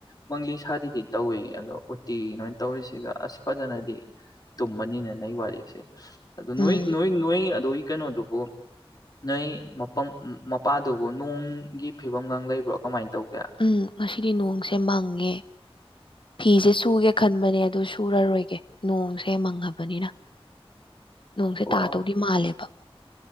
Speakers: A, on the left; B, on the left.
A: ꯃꯪꯂꯤ ꯁꯥꯔꯤꯗꯤ ꯇꯧꯏ ꯑꯗꯣ ꯎꯇꯤ ꯅꯣꯏ ꯇꯧꯔꯤꯁꯤꯒ ꯑꯁ ꯐꯖꯅꯗꯤ꯫ ꯇꯨꯝꯃꯅꯤꯅ‌ꯦ ꯅꯩ ꯋꯥꯔꯤꯁꯦ꯫ ꯑꯗꯨ ꯅꯣꯏ
B: ꯎꯝ
A: ꯅꯣꯏ ꯅꯣꯏ ꯑꯗꯨꯏ ꯀꯩꯅꯣꯗꯨꯕꯨ ꯅꯩ꯫ ꯃꯄꯝ ꯃꯄꯥꯗꯨꯕꯨ ꯅꯣꯡꯒꯤ ꯐꯤꯕꯝꯒꯥꯡ ꯂꯩꯕ꯭ꯔꯣ ꯀꯃꯥꯏꯟ ꯇꯧꯒꯦ꯫
B: ꯎꯝ ꯉꯁꯤꯗꯤ ꯅꯣꯡꯁꯦ ꯃꯪꯉꯦ꯫ ꯐꯤꯁꯦ ꯁꯨꯒꯦ ꯈꯟꯕꯅꯦ ꯑꯗꯨ ꯁꯨꯔꯔꯣꯏꯒꯦ ꯅꯣꯡꯁꯦ ꯃꯪꯉꯕꯅꯤꯅ꯫ ꯅꯣꯡꯁꯦ
A: ꯑꯣ
B: ꯇꯥꯗꯧꯗꯤ ꯃꯥꯜꯂꯦꯕ꯫